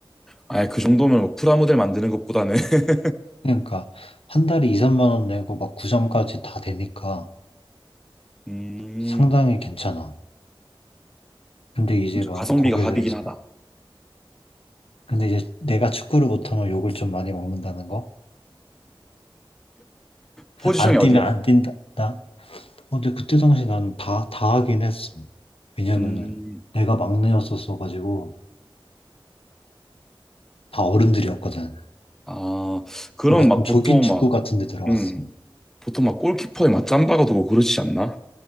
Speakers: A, in the centre; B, on the left.
A: 아예 그 정도면 뭐 프라모델 만드는 것보다는 <laughs>
B: 그러니까 한 달에 2, 3만 원 내고 막 구장까지 다 되니까
A: 음.
B: 상당히 괜찮아. 근데 이제
A: 진짜
B: 막
A: 가성비가
B: 거기서
A: 갑이긴
B: 이제
A: 하다.
B: 근데 이제 내가 축구를 못하면 욕을 좀 많이 먹는다는 거?
A: 포지션이
B: 안
A: 어디야?
B: 뛰면 안 뛴다. 나 어, 근데 그때 당시 나는 다, 다 하긴 했음. 왜냐면은
A: 음.
B: 내가 막내였었어가지고 다 어른들이었거든.
A: 아, 그럼
B: 뭔가
A: 막
B: 좀
A: 보통
B: 조기 축구
A: 막
B: 같은 데 들어갔어.
A: 음. 보통 막 골키퍼에 막 짬바가 두고 그러지 않나?